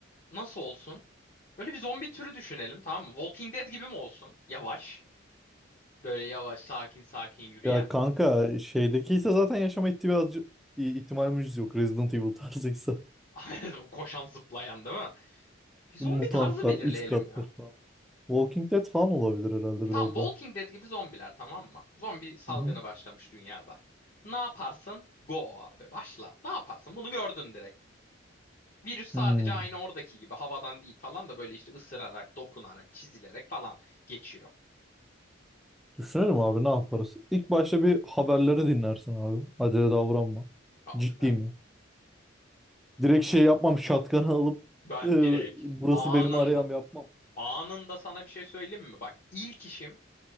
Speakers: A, on the left (about 40°); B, in the centre.
A: nasıl olsun? Böyle bir zombi türü düşünelim tamam mı? Walking Dead gibi mi olsun? Yavaş. Böyle yavaş sakin sakin yürüyen.
B: Ya kanka şeydeki ise zaten yaşama ihtimali, ihtimalimiz yok. Resident Evil tarzıysa. <laughs>
A: <laughs> Koşan zıplayan değil mi? Bir zombi
B: Mutantlar
A: tarzı belirleyelim
B: 3 kattır
A: ya.
B: falan. Walking Dead falan olabilir herhalde
A: Tam
B: biraz
A: Walking
B: da.
A: Dead gibi zombiler tamam mı? Zombi salgını
B: Hı hı.
A: başlamış dünyada. Ne yaparsın? Go abi başla. Ne yaparsın? Bunu gördün direkt. Virüs sadece
B: Hmm.
A: aynı oradaki gibi havadan değil falan da böyle işte ısırarak, dokunarak, çizilerek falan geçiyor.
B: Düşünelim abi ne yaparız? İlk başta bir haberleri dinlersin abi. Acele davranma.
A: Abi
B: Ciddi
A: ben
B: mi? Direkt şey yapmam şatkanı alıp
A: ben
B: e,
A: direkt
B: burası
A: anında
B: benim arayam yapmam.
A: anında sana bir şey söyleyeyim mi? Bak ilk işim